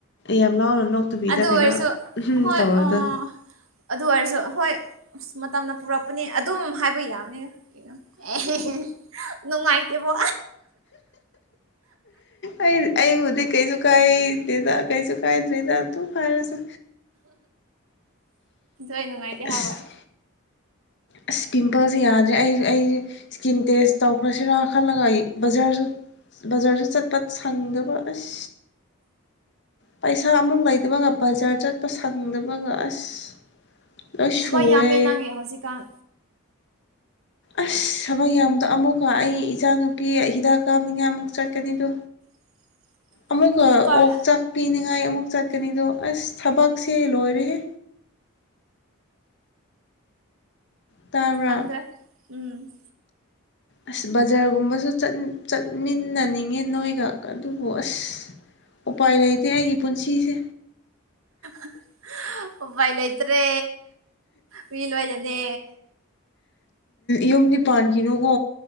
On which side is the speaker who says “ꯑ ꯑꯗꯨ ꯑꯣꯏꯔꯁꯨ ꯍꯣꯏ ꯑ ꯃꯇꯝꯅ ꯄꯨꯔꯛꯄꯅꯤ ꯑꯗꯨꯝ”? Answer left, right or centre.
Right